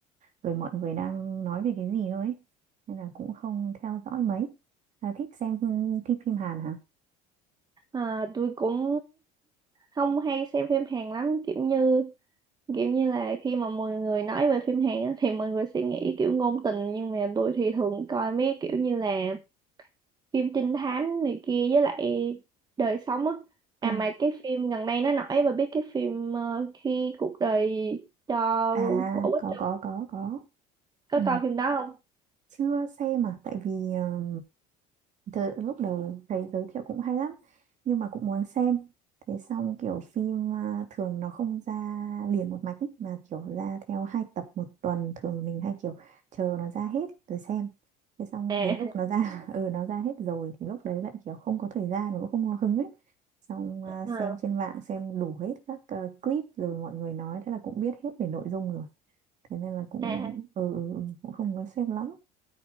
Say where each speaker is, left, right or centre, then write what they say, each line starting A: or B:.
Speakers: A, on the right (about 45°); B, on the right (about 25°).
A: rồi mọi người đang nói về cái gì thôi ấy. nên là cũng không theo dõi mấy à, thích xem thích phim Hàn hả
B: À, tôi cũng không hay xem phim Hàn lắm kiểu như kiểu như là khi mà mọi người nói về phim Hàn á, thì mọi người sẽ nghĩ kiểu ngôn tình nhưng mà tôi thì thường coi mấy kiểu như là phim trinh thám này kia với lại đời sống á à
A: ừ
B: mà cái phim gần đây nó nổi và biết cái phim ờ, khi cuộc đời cho
A: à
B: quả quýt
A: có có
B: không
A: có có
B: có
A: ừ.
B: coi phim đó không
A: chưa xem à tại vì ờ, Từ lúc đầu thấy giới thiệu cũng hay lắm nhưng mà cũng muốn xem thế xong kiểu phim à, thường nó không ra liền một mạch ý, mà kiểu ra theo hai tập một tuần thường mình hay kiểu chờ nó ra hết rồi xem thế xong
B: à
A: đến lúc
B: <laughs>
A: nó ra <laughs> ừ nó ra hết rồi thì lúc đấy lại kiểu không có thời gian mà cũng không có hứng ấy xong à, xem
B: à,
A: trên mạng xem đủ hết các ờ, clip rồi mọi người nói thế là cũng biết hết về nội dung rồi thế nên là cũng
B: à
A: ừ, ừ, ừ, cũng không có xem lắm